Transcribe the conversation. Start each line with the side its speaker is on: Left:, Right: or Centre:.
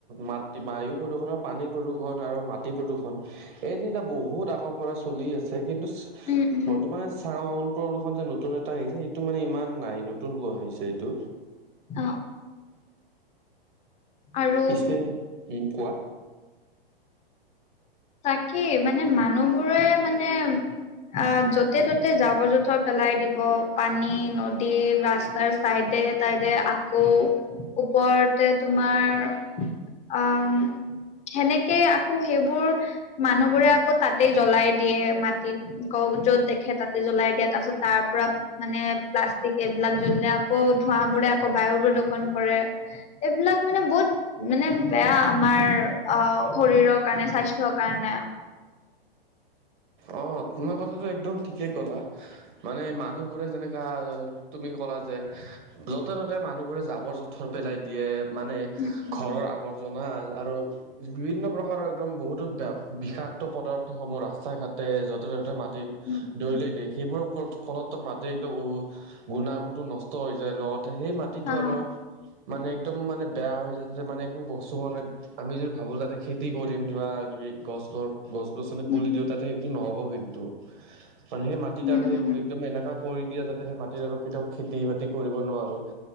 Right: মাটি বায়ু প্ৰদূষণ, পানী প্ৰদূষণ আৰু মাটি প্ৰদূষণ এই তিনিটা বহুত আগৰ পৰা চলি আছে কিন্তু
Left: উম উম
Right: বৰ্তমানে চাউন প্ৰদূষণ যে নতুন এটা আহিছে সেইটো মানে ইমান নাই নতুন হোৱা হৈছে এইটো।
Left: অঁ। আৰু
Right: পিছে উম কোৱা?
Left: তাকেই মানে মানুহবোৰে মানে আহ য'তে-ততে জাৱৰ-জোথৰ পেলাই দিব পানী, নদী, ৰাস্তাৰ চাইডে তাইডে আকৌ ওপৰতে তোমাৰ আম, সেনেকে আকৌ সেইবোৰ মানুহ বোৰে আকৌ তাতেই জ্বলাই দিয়ে মাটিত। কৌ য'ত দেখে তাতে জ্বলাই দিয়া তাৰ পাছত তাৰ পৰা মানে প্লাষ্টিক এইবিলাক জ্বলে আকৌ ধোঁৱাবোৰে আকৌ বায়ু প্ৰদূ্ষন কৰে। এইবিলাক মানে বহুত মানে বেয়া আমাৰ অ শৰীৰৰ কাৰণে স্বাস থ কাৰণে।
Right: অ, তোমাৰ কথাটো একদম ঠিকেই ক'লা মানে মানুহ বোৰে যেনেকা তুমি ক'লা যে য'তে - ত'তে মানুহবোৰে যাবৰ য থৰ পেলাই দিয়ে মানে
Left: উম উম
Right: ঘৰৰ আৱৰজ মাহছ আৰু বিভিন্ন প্ৰকাৰৰ একদম বহুতো বিষাক্ত পদাৰ্থসমূহ ৰাস্তা -ঘাট তে যতে -ত'তে মাটিত
Left: উম,
Right: দৰিলে
Left: উম,
Right: দিয়ে সেইবোৰৰ ওপৰত ফলতো মাটি একদম উ গুণাগুণটো নষ্ট হৈ যায়। লগতে সেই মাটিটো
Left: হা
Right: আৰু মানে একদম মানে বেয়া হৈ যা মানে একো বস্তু হোৱা নাই আমি যদি ভাবো তাতে খেতি কৰিম কিবা কিবি গছ গছ গছ-গছনি
Left: উম
Right: পুলি দিও তাতে নহব কিন্তু মানে সেই মাটিত
Left: উম
Right: আৰু সেইবোৰ
Left: উম।
Right: একদম এনেকা কৰি দিয়ে যাতে সেই মাটিত আৰু কেতিয়াও খেতি-বাতি কৰিব নোৱাৰোঁ।